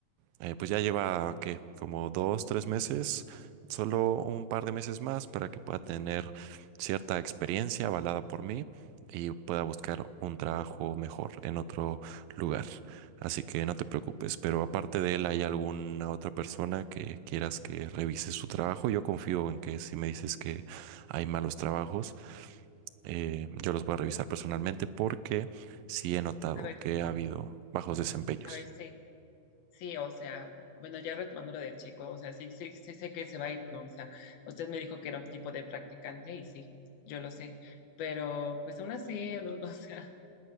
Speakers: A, on the right (about 80°); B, on the left (about 85°).
A: eh, pues ya lleva, ¿qué? Como dos, tres meses, solo un par de meses más para que pueda tener cierta experiencia avalada por mí y pueda buscar un trabajo mejor en otro lugar. Así que no te preocupes, pero aparte de él, ¿hay alguna otra persona que quieras que revise su trabajo? Yo confío en que si me dices que hay malos trabajos, eh, yo los voy a revisar personalmente porque sí he notado
B: A ver,
A: que ha habido bajos desempeños.
B: a ver, sí. Sí, o sea, bueno, ya retomando lo del chico, o sea, sí, sí, sí sé que se va a ir, ¿no? O sea, usted me dijo que era un tipo de practicante y sí, yo lo sé, pero pues aún así, no, <laughs> o sea,